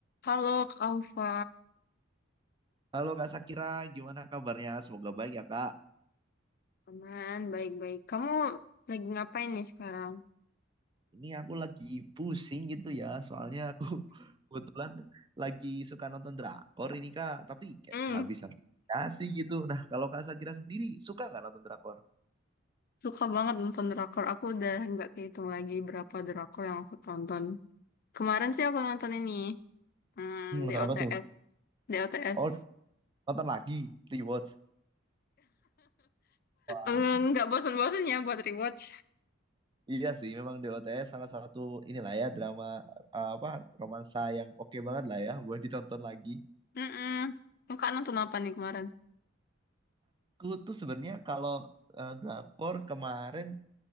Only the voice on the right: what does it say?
Halo Kak Sakira, gimana kabarnya? Semoga baik ya Kak.
Ini aku lagi pusing gitu ya, soalnya aku <laughs> kebetulan lagi suka nonton drakor ini Kak, tapi kayak
kehabisan kasih gitu. Nah, kalau Kak Sakira sendiri suka nggak nonton drakor?
Hmm, nonton
apa tuh?
Oh, nonton lagi, rewatch. Wah,
iya sih, memang D O t s salah satu inilah ya drama eh, apa romansa yang oke banget lah ya buat ditonton lagi.
Aku tuh sebenarnya kalau eh, drakor kemarin